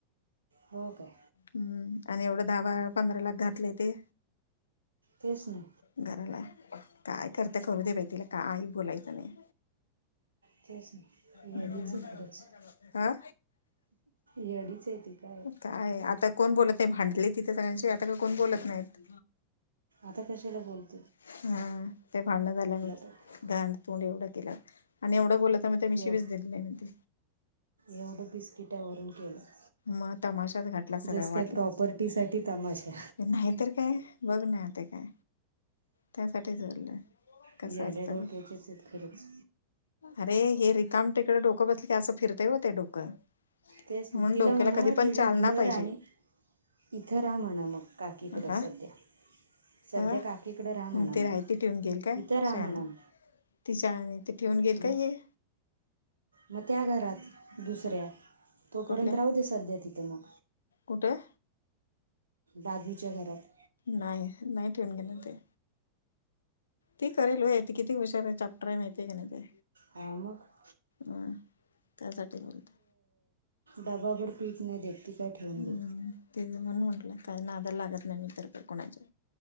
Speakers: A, on the right; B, on the left.
A: हो काय
B: हम्म आणि एवढं दहा बार पंधरा लाख घातलेय ते
A: तेच नाही
B: घराला काय करत्या करू दे बाई तिला काही बोलायचं नाही
A: ह <unintelligible> तेच येडीच
B: हम्म
A: आहे खरंच
B: हा
A: येडीच आहे ती काय
B: काय आता कोण बोलत नाही भांडली तिथे कूणाशी आता काय कोण बोलत नाहीत
A: आता कशाला बोलतो
B: हा ते भांडण झालं म
A: तर
B: गांड तोंड एवढं केला आणि एवढं बोलला तर मग मी शिवीच
A: एव
B: देत नाही म्हणे
A: एवढं बिस्किटावरून केलं
B: मग तमाशाच घातला सगळं
A: जसं काय
B: वाटलं
A: प्रॉपर्टीसाठी तमाशा
B: नाहीतर काय बघ ना नाही तर काय त्यासाठीच चाललंय कस
A: येड्या
B: असत
A: डोक्याचेच
B: बघ.
A: आहेत खरंच
B: अरे हे रे काम तिकडे डोकं बसल की असं फिरतय व्हय ते डोकं
A: तेच की
B: म्हणून
A: तिला
B: डोक्याला
A: म्हणाव
B: कधी पण
A: ते विक
B: चालना
A: घर
B: पाहिजे
A: आणि इथं रहा म्हणाव मग काकीकडं
B: हा
A: सध्या सध्या
B: हा
A: काकीकडं रहा म्हणाव
B: ते
A: मग
B: रायती ठेवून गेल काय
A: इथं रहा
B: शान
A: म्हणा मग
B: ती सांगून ती ठेवून घेईल का
A: मग
B: ही
A: मग त्या घरात दुसऱ्या तोपर्यंत
B: कुठल्या
A: राहू दे सध्या तिथं मग
B: कुठं
A: बाजूच्या घरात
B: नाही नाही ठेऊन घेणार इथं ती करेल व्हय ती किती हुशार चाप्टर हाय माहिती हाय कणी ती
A: हां मग
B: ह त्यासाठी बोलते
A: डबा भर पीठ नाही देत ती काय ठेवून
B: हम्म
A: दे
B: ते बघून मी म्हटलं काय नादाला लागत नाही मी तर त्या कुणाच्या